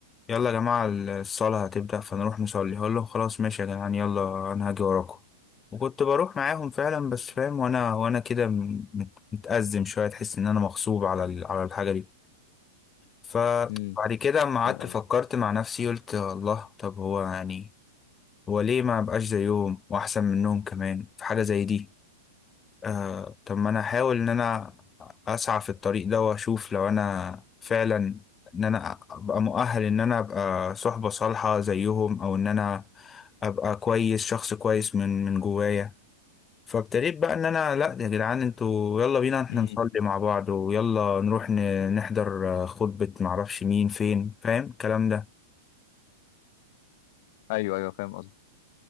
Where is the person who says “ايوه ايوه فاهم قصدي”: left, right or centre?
Left